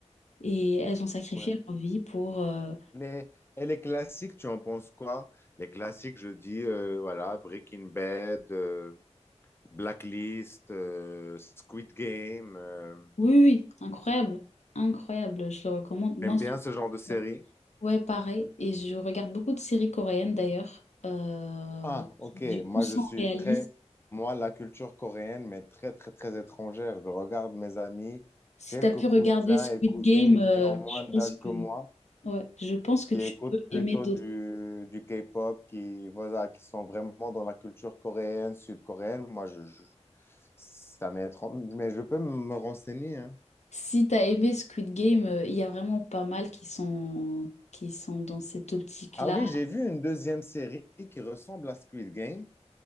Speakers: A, on the left (about 70°); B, on the left (about 20°).
A: Et elles ont sacrifié
B: Ouais.
A: leur vie pour... euh,
B: Les, et les classiques, tu en penses quoi? Les classiques, je dis, euh, voilà, Breaking Bad, euh, Blacklist, euh, Squid Game. euh.
A: Oui, oui, incroyable. Incroyable, je le recommande. Moi,
B: T'aimes bien ce genre de série?
A: je- ouais, pareil. Et je regarde beaucoup de séries coréennes d'ailleurs, euh,
B: Ah, ok.
A: qui du
B: Moi,
A: coup sont
B: je suis
A: réalistes.
B: très, moi, la culture coréenne, mais très, très, très étrangère. Je regarde mes amis,
A: Si
B: quelques
A: tu as pu
B: cousins
A: regarder Squid
B: et cousines
A: Game, euh,
B: qui ont moins
A: je
B: d'âge
A: pense que...
B: que moi.
A: Ouais, je pense que
B: qui
A: tu
B: écoutent
A: peux
B: plutôt
A: aimer d'autres.
B: du, du K-pop, qui, voilà, qui sont vraiment dans la culture coréenne, sud-coréenne. Moi, je, je- ça m'est étrange, mais je peux me renseigner. hein.
A: Si tu as aimé Squid Game, euh, il y a vraiment pas mal qui sont, qui sont dans cette optique-là.
B: Ah oui, j'ai vu une deuxième série qui ressemble à Squid Game,